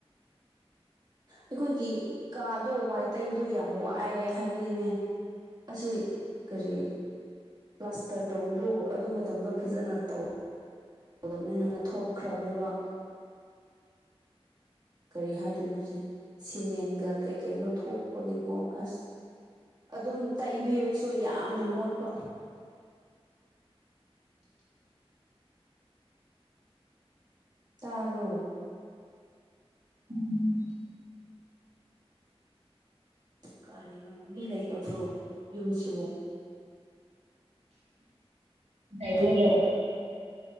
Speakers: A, on the right; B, on the right.
A: ꯑꯩꯈꯣꯏꯒꯤ ꯀꯥꯗꯣ ꯋꯥꯏ ꯇꯩꯕꯗꯣ ꯌꯥꯝ ꯋꯥꯏꯌꯦ ꯍꯥꯏꯕꯗꯤꯅꯦ ꯑꯁꯤ, ꯀꯔꯤ ꯄ꯭ꯂꯥꯁꯇꯔ ꯇꯧꯕꯗꯣ ꯑꯗꯨ ꯃꯇꯝꯗꯣ ꯐꯖꯅ ꯇꯧ ꯇꯧꯗꯕꯅꯤꯅ ꯊꯣꯛ ꯈ꯭ꯔꯕꯅꯦꯕ ꯀꯔꯤ ꯍꯥꯏ, ꯀꯩꯅꯣꯁꯦ ꯁꯤꯃꯦꯟꯒ ꯀꯩ ꯀꯩꯅꯣ ꯊꯣꯛꯄꯒꯤꯀꯣ ꯑꯁ, ꯑꯗꯨꯝ ꯇꯩꯕꯤꯔꯁꯨ ꯌꯥꯝꯅ ꯃꯣꯠꯄ꯫ ꯇꯥꯕ꯭ꯔꯣ
B: ꯎꯝ
A: ꯀꯔꯤꯅꯣ! ꯃꯤ ꯂꯩꯇꯕ꯭ꯔꯣ ꯌꯨꯝꯁꯤꯕꯣ꯫
B: ꯑꯩꯗꯤ
A: ꯑꯣ
B: <unintelligible>